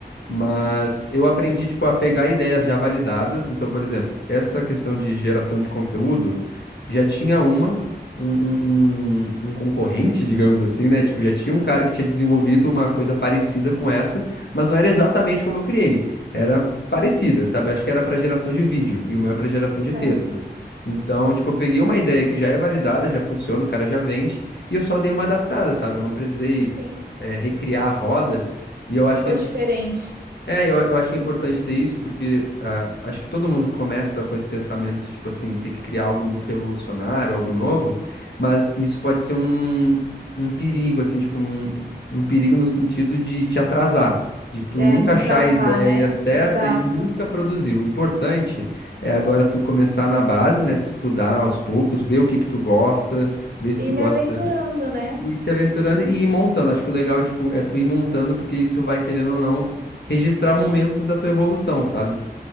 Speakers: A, on the left (about 75°); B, on the right (about 60°).
A: Mas
B: uhum,
A: eu aprendi, tipo, a pegar ideias já validadas. Então, por exemplo, essa questão de geração de conteúdo, já tinha uma, um, um, um- um concorrente, digamos assim, né? Tipo, já tinha um cara que tinha desenvolvido uma coisa parecida com essa, mas não era exatamente
B: sim.
A: como eu criei. Era parecida, sabe? Acho que era para geração de vídeo e o meu é para geração de
B: Certo,
A: texto. Então, tipo, eu peguei uma ideia que já é validada, já funciona, o cara já vende, e eu só dei uma adaptada, sabe? Eu não precisei,
B: sim.
A: eh, recriar a roda. E eu
B: E ficou
A: acho que é
B: diferente.
A: é, eu, eu acho que é importante ter isso, porque ah, acho que todo mundo começa com esse pensamento de, tipo assim, ter que criar algo muito revolucionário, algo novo, mas isso pode ser um, um perigo, assim, tipo, um, um perigo no sentido de te atrasar, de tu
B: É,
A: nunca
B: me
A: achar
B: travar,
A: a ideia
B: né?
A: certa
B: Exato.
A: e nunca produzir. O importante é agora tu começar na base, né, tu estudar aos poucos, ver o que que tu gosta, ver se
B: E
A: tu
B: me
A: gosta
B: aventurando, né?
A: e se aventurando e ir montando. Acho que o legal é, tipo, é tu ir montando, porque isso vai, querendo ou não, registrar momentos da tua evolução, sabe?